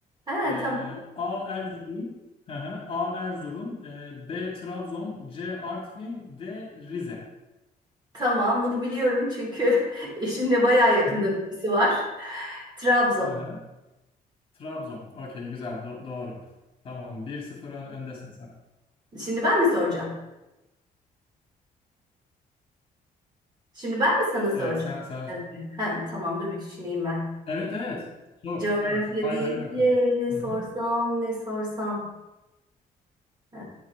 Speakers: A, on the right; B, on the left.
A: Ha,
B: E,
A: tamam,
B: A Erzurum, hı hı, A Erzurum, e, B Trabzon, C Artvin, D Rize.
A: tamam. Bunu biliyorum çünkü <laughs> eşimle bayağı yakından
B: Hı hı.
A: ilgisi var. Trabzon.
B: Hı hı. Trabzon. Okey güzel. Do- doğru. Tamam. bir sıfır ön- öndesin sen.
A: Şimdi ben mi soracağım? Şimdi ben mi sana soracağım?
B: Evet sen sen
A: Evet. Hem tamam, dur bir düşüneyim ben.
B: Evet evet. Sor.
A: Coğrafya
B: Ha, hay
A: deyince
B: haydi bakalım.
A: ne sorsam
B: Hı hı.
A: ne sorsam. Ee,